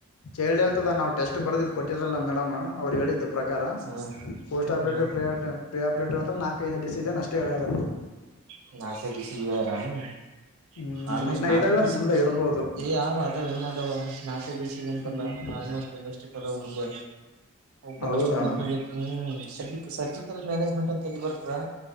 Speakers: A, on the left; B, on the right.
A: child health ನಾವು ಟೆಸ್ಟ್ ಬರ್ದ್ ಕೊಟ್ಟಿದ ಎಲ್ಲ ಮೇಡಂ ಅವ್ರು ಹೇಳಿದ್ದು ಪ್ರಕಾರ
B: ಹ್ಮ್
A: ಪೋಸ್ಟ್ ಆಪರೇಟಿವ್
B: ಹ್ಮ್
A: ಪ್ರಿಯ ಪ್ರಿ ಆಪರೇಟಿವ್ ಅಂದ್ರ ನಾಕೈದು ಡಿಸೀಷನ್ ಅಷ್ಟೇ ಹೇಳ್ಯಾರ
B: <unintelligible>
A: ಹ್ಮ್
B: ಆಲ್ಮೋಸ್ಟ್
A: ಇನ್ನ
B: ನಾಕ್
A: ಇದಾವೇನ್
B: ಐದು ದಿವಸ್
A: ಮುಂದೆ
B: <unintelligible>
A: ಇರ್ಬೋದು ಹ್ಮ್
B: ತಲ್ಲ ಆಲ್ಮೋಸ್ಟ್ ಪಲಾಸ್ಟಿಕ್ ಅದ ಮುಂದು ಪಲಾಸ್ಟಿಕ್
A: ಹೌದಣ
B: ಬರ್ಲ್ಯಾಬೇಕ್. ಸರ್ಜ್ ಸರ್ಜಿಕಲ್ ಮ್ಯಾನೇಜ್ಮೆಂಟ್ ಅಂತ ಎಲ್ಲಿ ಬರುತ್ತಾದಾ.